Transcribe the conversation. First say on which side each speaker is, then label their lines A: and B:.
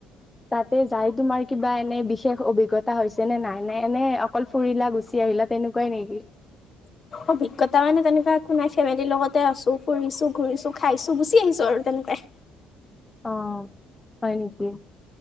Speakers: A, on the left; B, on the left.
A: তাতে যাই তোমাৰ কিবা এনে বিশেষ অভিজ্ঞতা হৈছে নে নাই নাই এনে অকল ফুৰিলা গুচি আহিলা তেনেকুৱাই নেকি
B: অভিজ্ঞতা মানে তেনেকুৱা একো নাই ফেমিলিৰ লগতে আছো ফুৰিছো ঘূৰিছো খাইছো গুচি আহিছো আৰু তেনেকুৱাই
A: অ হয় নেকি